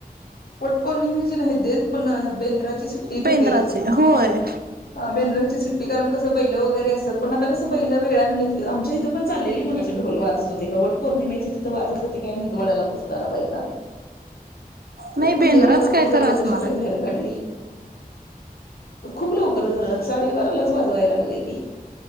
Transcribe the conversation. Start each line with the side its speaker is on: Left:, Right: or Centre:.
Left: पट पौर्णिमेचे नाही देत पण बेंद्राची सुट्टी देते
Right: बेंद्राचे
Left: ती
Right: होय
Left: बेंद्राची सुट्टी कारण कं बैलं वगैरे असतात पणता कसं बै वेळाने निघत आमच्या इथं पण चालेली मग ढोल वाजत होते का वट पौर्णिमेचे तिथे वाजत होते काय मेदवाड्याला पुसताना बायका
Right: नाही
Left: तेच म्हटलं
Right: बेंद्राच
Left: एवढ्या लवकर
Right: काय
Left: बैल
Right: तर असणार
Left: कशी काय बाहेर काढली खूप लवकर झालं साडेबारालाच वाजवाय लागलेली